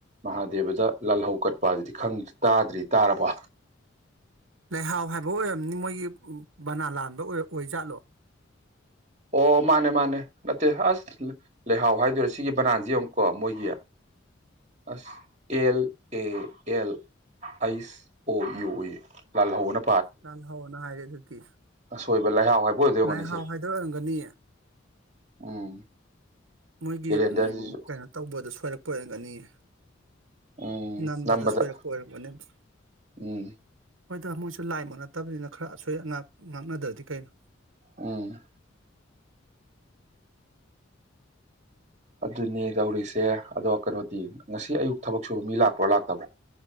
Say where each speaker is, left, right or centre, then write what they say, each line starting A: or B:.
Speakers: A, on the right; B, on the right.
A: ꯃꯍꯥꯗꯦꯕꯗ ꯂꯥꯜꯍꯧ ꯀꯠꯄ ꯑꯗꯨꯗꯤ ꯇꯥꯗ꯭ꯔꯤ ꯇꯥꯔꯕ
B: ꯂꯩꯍꯥꯎ ꯍꯥꯏꯕ ꯑꯣꯏꯔꯝꯅꯤ ꯃꯣꯏꯒꯤ ꯕꯅꯥ ꯂꯥꯟꯕ ꯑꯣꯏ ꯖꯥꯠꯂꯣ
A: ꯑꯣ ꯃꯥꯅꯦ ꯃꯥꯅꯦ ꯅꯠꯇꯦ ꯑꯁ ꯂꯩꯍꯥꯎ ꯍꯥꯏꯗꯣꯏꯔꯦ ꯁꯤꯒꯤ ꯕꯅꯥꯟꯁꯤ ꯌꯦꯡꯉꯨꯀꯣ ꯃꯣꯏꯒꯤ ꯑꯁ ꯑꯦꯜ ꯑꯦ ꯑꯦꯜ ꯑꯩꯁ ꯑꯣ ꯌꯨ ꯎꯏ ꯂꯥꯜꯍꯧꯕꯅ
B: ꯆ ꯍꯅ ꯍꯥꯏꯔꯦ ꯑꯗꯨ ꯀꯤꯤꯁ
A: ꯑꯁꯣꯏꯕ ꯂꯩꯍꯥꯎ ꯍꯥꯏꯕ ꯑꯣꯏꯗꯣꯏ ꯑꯣꯏꯔꯝꯒꯅꯤ
B: ꯂꯥꯏꯍꯥꯎ
A: ꯁꯦ
B: ꯍꯥꯏꯗꯣꯔꯛꯑꯝꯒꯅꯤ
A: ꯎꯝ
B: ꯃꯣꯏꯒꯤ
A: ꯀꯦꯂꯦꯟꯗꯔꯁꯤꯁꯨ
B: ꯎ ꯀꯩꯅꯣ ꯇꯧꯕꯗꯣ ꯁꯣꯏꯔꯛꯄ ꯀꯣꯏꯔꯝꯒꯅꯤꯌꯦ
A: ꯎꯝ
B: ꯅꯝꯕꯗꯣ
A: ꯅꯝꯕꯗ
B: ꯁꯣꯏꯔꯛꯄ ꯑꯣꯏꯔꯝꯒꯅꯦꯕ
A: ꯎꯝ
B: ꯍꯣꯏꯗ ꯃꯣꯏꯁꯨ ꯂꯥꯏꯃꯛ ꯅꯠꯇꯕꯅꯤꯅ ꯈꯔ ꯑꯁꯣꯏ ꯑꯉꯥꯛ ꯉꯥꯛꯅꯗ꯭ꯔꯗꯤ ꯀꯩꯅꯣ
A: ꯎꯝ ꯑꯗꯨꯅꯤ ꯇꯧꯔꯤꯁꯦ ꯑꯗꯣ ꯀꯩꯅꯣꯗꯤ ꯉꯁꯤ ꯑꯌꯨꯛ ꯊꯕꯛ ꯁꯨꯕ ꯃꯤ ꯂꯥꯛꯄ꯭ꯔꯣ ꯂꯥꯛꯇꯕ꯭ꯔꯣ